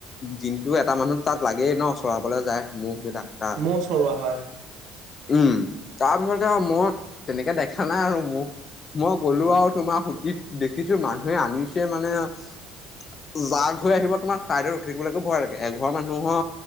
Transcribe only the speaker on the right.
মহ চৰোৱা হয়
উম